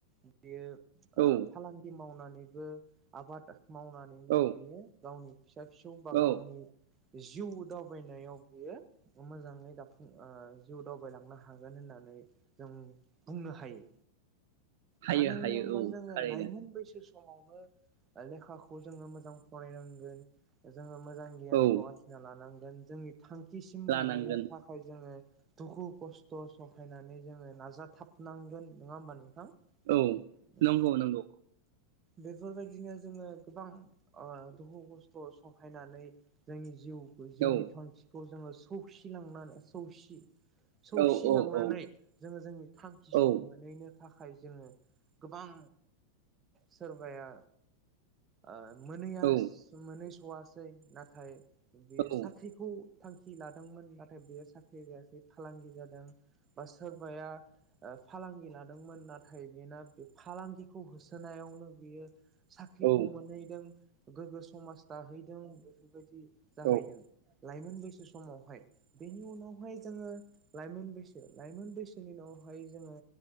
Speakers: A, on the right; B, on the right.
A: बियो
B: औ
A: ओ फालांगि मावना नैबो आबाद मावना नै
B: औ
A: बियो गावनि। फिसा फिसौ बा गावनि
B: औ
A: जिउ दावबायनायाव बियो मोजाङै दाफुं ओ जिउ दावबायलांनो हागोन होननानै जों बुंनो हायो।
B: हायो
A: मानो होनोब्ला
B: हायो औ
A: जोङो
B: थारैनो
A: लाइमोन बैसो सम समावनो लेखाखौ। जोङो मोजां फरायनांगोन। जोङो मोजां गियानखौ
B: औ
A: आरजिना लानांगौ। जोंनि थांखिसिम
B: लानांगोन
A: मोनहैनो थाखाय जोङो दुखु खस्थ सहायनानै जोङो नाजाथाबनांगोन नङा होमबा नोंथां।
B: औ
A: उम
B: नंगौ नंगौ।
A: बेफोरबायदिनो जोङो। गोबां ओ दुखु खस्थ सहायनानै जोंनि जिउ। जिउनि
B: औ
A: थांखिखौ जोङो सौसिलांनानै सौसि सौसिलांनानै
B: औ औ
A: जोङो जोंनि थांखिसिम
B: औ
A: मोनहैनो थाखाय जोङो गोबां सोरबाया ओ <inaudible> मोनैया
B: औ
A: मोन <inaudible> थवासै नाथाय। बेयो
B: औ
A: साख्रिखौ थांखि लादोंमोन नाथाय बेयो साख्रि जायासै फालांगि जादों बा सोरबाया ओ फालांगि लादोंमोन नाथाय बेना बे फालांगिखौ होसोनायावनो बियो साख्रिखौ
B: औ
A: <inaudible> समाज दाहैदों बेफोरबायदि
B: नंगौ
A: जाहैदों लाइमोन बैसो समावहाय बेनि उनाव हाय जोङो लाइमोन बैसो लाइमोन बैसोनि उनावहाय जोङो